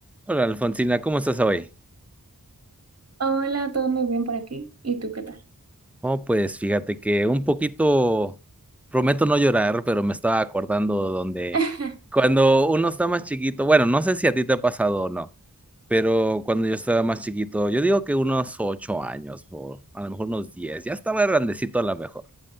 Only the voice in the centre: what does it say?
Hola Alfonsina, ¿cómo estás hoy?
Oh, pues fíjate que un poquito, prometo no llorar, pero me estaba acordando donde
cuando uno está más chiquito, bueno, no sé si a ti te ha pasado o no, pero cuando yo estaba más chiquito, yo digo que unos ocho años o a lo mejor unos 10, ya estaba grandecito a lo mejor.